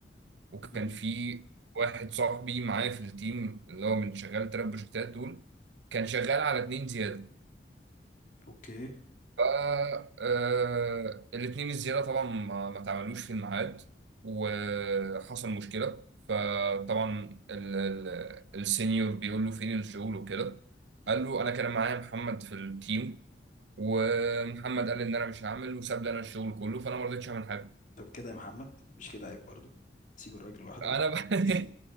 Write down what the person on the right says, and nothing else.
وكان
في واحد صاحبي معايا في التيم اللي هو من شغال التلات بروجكتات دول كان شغال على اتنين زيادة
ف آه، الاتنين الزيادة طبعا ما ما اتعملوش في الميعاد وحصل مشكلة فطبعا ال- ال- السينيور بيقول له فين الشغل وكده قال له أنا كان معايا محمد في التيم ومحمد قال ان انا مش هعمل وساب لي انا الشغل كله فانا ما رضيتش اعمل حاجه
انا بقى <laughs>